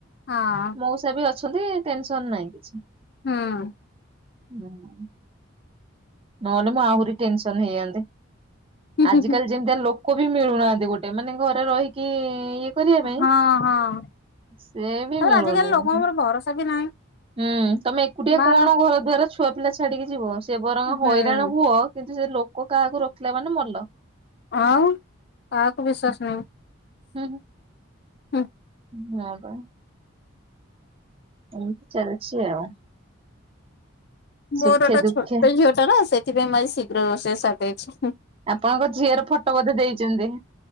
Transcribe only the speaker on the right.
ମଉସା ସେ ବି ଅଛନ୍ତି ଟେନସନ୍ ନାହିଁ କିଛି।
<inaudible> ନନେ ମୁଁ ଆହୁରି ଟେନସନ୍ ହେଇଯାନ୍ତି,
ଆଜିିକାଲି
ଯେମିତିଆ ଲୋକ ବି ମିଳୁନାହାନ୍ତି ଗୋଟେ ମାନେ ଘରେ ରହିକି ଇଏ କରିବା ପାଇଁ
ସେ ବି
ମିଳୁନାହି।
ହୁଁ, ତୋମେ ଏକୁଟିଆ
କଣ ଘର ଦ୍ଵାର ଛୁଆ ପିଲା ଛାଡିକି ଯିବ, ସେ ବରଂ
ହଇରାଣ ହୁଅ କିନ୍ତୁ ସେ ଲୋକ କାହାକୁ ରଖିଲା ମାନେ ମଲ।
ହୁଁ,
ହୁଁ, ନା ପା। ଏମତି ଚାଲିଚି ଆଉ।
ସୁଖେ
ଦୁଃଖେ
ଆପଣଙ୍କ ଝିଅର ଫଟୋ ବୋଧେ ଦେଇଚନ୍ତି?